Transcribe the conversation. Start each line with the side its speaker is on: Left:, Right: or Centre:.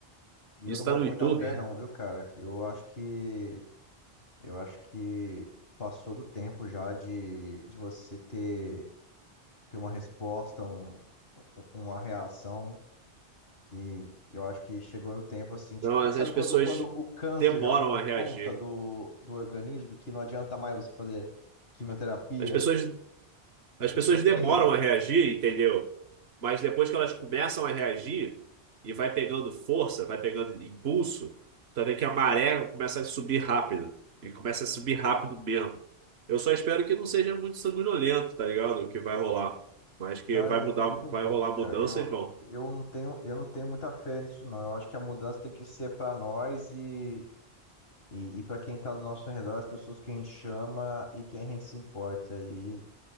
Left: E
Right: Isso
Left: eu não boto
Right: tá no YouTube.
Left: muita fé não, viu, cara? Eu acho que eu acho que passou do tempo já de, de você ter, ter uma resposta, um, um, uma reação que eu acho que chegou no tempo assim, tipo,
Right: Não, mas
Left: ca- sabe
Right: as pessoas
Left: quando, quando o câncer
Right: demoram
Left: já tomou
Right: a
Left: conta
Right: reagir.
Left: do, do organismo que não adianta mais você fazer quimioterapia?
Right: As pessoas As
Left: Eu
Right: pessoas
Left: acho que
Right: demoram
Left: é isso.
Right: a reagir, entendeu? Mas depois que elas começam a reagir e vai pegando força, vai pegando impulso, tu vê que a maré começa a subir rápido. E começa a subir rápido mesmo. Eu só espero que não seja muito sanguinolento, tá ligado? O que vai rolar. Mas que
Left: Ah,
Right: vai
Left: eu
Right: mudar,
Left: duvido muito,
Right: vai rolar mudanças,
Left: cara. Eu,
Right: vão.
Left: eu não tenho, eu não tenho muita fé nisso, não. Eu acho que a mudança tem que ser para nós e, e, e para quem tá do nosso redor, as pessoas que a gente chama e quem a gente se importa. E,